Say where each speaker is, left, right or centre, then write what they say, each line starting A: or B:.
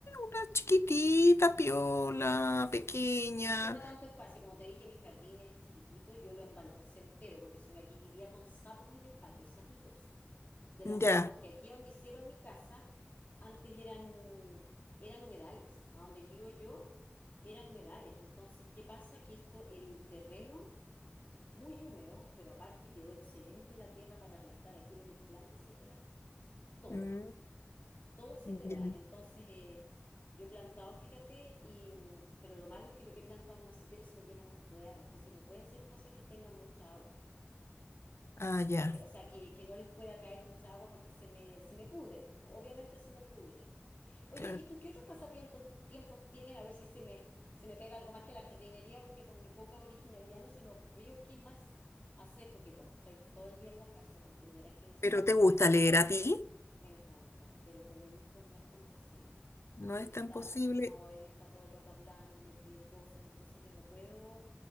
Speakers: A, on the left; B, on the left.
A: una chiquitita, piola, pequeña,
B: No ocupa tanto espacio, como te dije, mi jardín es chiquitito, yo lo embaldosé entero, porque si no aquí vivía con sapos en el patio, sapitos de la
A: ya.
B: humedad, porque aquí donde hicieron mi casa, antes eran, eran humedales, a donde vivo yo eran humedales. Entonces, ¿qué pasa? Que esto, el terreno es muy húmedo, pero aparte quedó excelente la tierra para plantar. Aquí lo que tú plantas se te da, todo.
A: Mm.
B: todo se
A: Ya.
B: te da. Entonces, eh, yo he plantado, fíjate, y, mm, pero lo malo es que lo que he plantado en macetero se me llena mucho de agua. Entonces, no pueden ser cosas que tengan mucha agua.
A: Ah, ya,
B: Que, o sea, que, que no les pueda caer mucha agua porque se me, se me pudren. Obviamente se me pudren. Oye,
A: claro.
B: ¿y tú qué otros pasatiempos tiempos tienes? A ver si se me, se me pega algo más que la jardinería, porque con mi poca originalidad no se me ocurrió qué más hacer, porque como estoy todo el día en la casa, comprenderás que necesito
A: Pero ¿te
B: cosas
A: gusta leer a ti?
B: me encanta, pero con mi hijo no es tan posible.
A: No
B: Él
A: es
B: me
A: tan
B: está,
A: posible,
B: no, él me está todo el rato hablando y me pide cosas, entonces yo no puedo